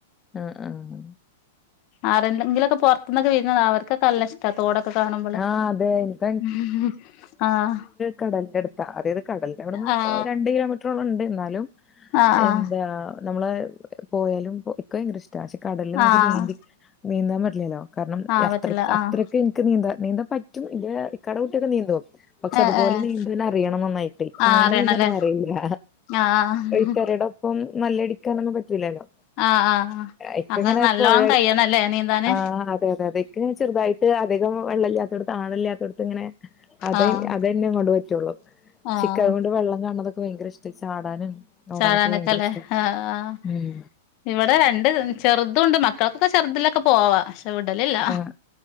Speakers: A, on the left (about 20°); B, on the left (about 45°).
A: ആഹ് ആഹ്
B: ആരെണ്ടെങ്കിലൊക്കെ പൊറത്ത്ന്നൊക്കെ വിരുന്നന്ന അവർക്കൊ ക്കല്ലഷ്ടാ തോടൊക്കെ കാണുമ്പോളെ
A: ആഹ് അതെ എനിക്ക്
B: <unintelligible> ആഹ്
A: കടലിന്റെടുത്താ അതായത് കടലന്റെവിടുന്ന്
B: ആഹ്
A: ഓഹ് രണ്ട് കിലോമീ റ്ററൊളണ്ട് ന്നാലും
B: ആഹ് ആഹ്
A: എന്താ നമ്മള് പോയാലും ഇക്ക് ഭയങ്കര ഇഷ്ട ക്യാഷ് കടലില് നമുക്ക്
B: ആഹ്
A: നീന്തി നീന്താൻ പറ്റ്ല്ലല്ലോ കാരണം
B: ആഹ്
A: അത്ര
B: പറ്റില്ല ആഹ്
A: അത്രക്ക് ക്ക് നീന്ത നീന്താൻ പറ്റും ഇന്റെ ഇക്കാടെ കുട്ടിയൊക്കെ നീന്തും. പക്ഷെ
B: ഏഹ്
A: അതുപോലെ
B: ഏഹ്
A: നീന്തൻ അറിയണം നന്നായിട്ട്
B: ആഹ്
A: അങ്ങനെ
B: അറിയണല്ലേ
A: നീന്തനൊന്നറിയൂല്ല
B: ആഹ്
A: റ്ററേടൊ ഇപ്പം മല്ലടിക്കാനൊന്നും പറ്റൂല്ലല്ലോ
B: ആഹ് ആഹ് ആഹ്
A: ഇക്കങ്ങനെ
B: അങ്ങനെ നല്ലോണം
A: പൊഴ
B: കയ്യണല്ലേ നീന്താന്
A: ആഹ് അതെതെ അതെ ഇക്ക് ചെറുതായി അധികം വെള്ളല്ലാത്തോടത്ത് ആളില്ലാതോട്ത്ത്ങ്ങനെ അതെ
B: ആഹ്
A: അത് തന്നെ കൊണ്ട് പറ്റുള്ളൂ
B: ആഹ്
A: ചിക്കൻ കൊണ്ട് വള്ളം കാണ്ണതൊക്കെ വയങ്കര ഇഷ് പോയി ചാടാനും. ഓടാനൊക്കെ
B: ചാടാനൊക്കല്ലേ
A: ഭയങ്കര ഇഷ്ട
B: ആഹ് ആഹ്
A: ഉം
B: ഇവടെ രണ്ട് ചെറുതുണ്ട് മക്കൾക്കൊക്കെ ചെറുതിലൊക്കെ പോവാ ചവ്ടലില്ല
A: ആഹ്